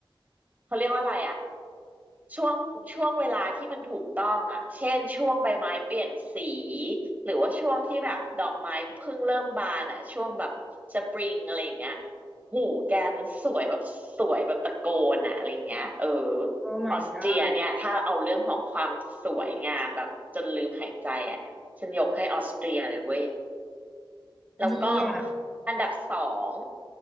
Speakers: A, on the right; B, in the centre.
A: เขาเรียกว่าอะไรอะ ช่วงช่วงเวลาที่มันถูกต้องอ่ะเช่นช่วงใบไม้เปลี่ยนสี หรือว่าช่วงที่แบบดอกไม้เพิ่งเริ่มบานอ่ะช่วงแบบสปริงอะไรอย่างเงี้ยหูแกมันสวยแบบสวยแบบตะโกนอ่ะอะไรอย่างเงี้ยเออ
B: โอ้ my
A: ออสเตรียเนี่ยถ้าเอาเรื่องของความสวยงามแบบจนลืมหายใจอ่ะฉันยกให้ออสเตรียเลยเว้ย
B: god
A: แล้วก็
B: ดีอ่ะ
A: อันดับสอง